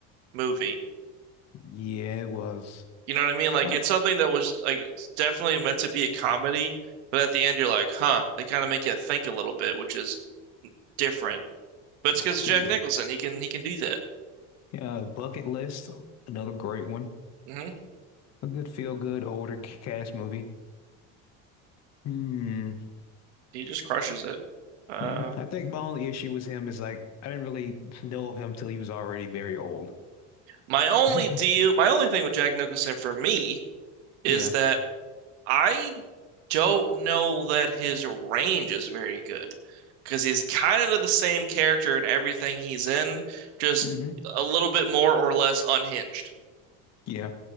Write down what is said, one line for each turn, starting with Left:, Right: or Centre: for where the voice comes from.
Right: movie.
Left: Yeah, it was.
Right: You know what I mean? Like
Left: Uh,
Right: it's something that was like it's definitely meant to be a comedy, but at the end you're like, huh, they kind of make you think a little bit, which is different. But it's
Left: let's
Right: because
Left: see.
Right: Jack
Left: The,
Right: Nicholson, he can he can do that.
Left: yeah, Bucket List. Another great one.
Right: hmm
Left: A good feel good older c- cast movie. Hmm.
Right: He just crushes it. Uh,
Left: Hmm. I think my only issue with him is like I didn't really know of him till he was already very old.
Right: my only
Left: <laughs>
Right: deal, my only thing with Jack Nicholson for me is
Left: Yeah.
Right: that I don't know that his range is very good because he's kind of the same character in everything he's in, just
Left: hmm
Right: a little bit more or less unhinged,
Left: Yeah.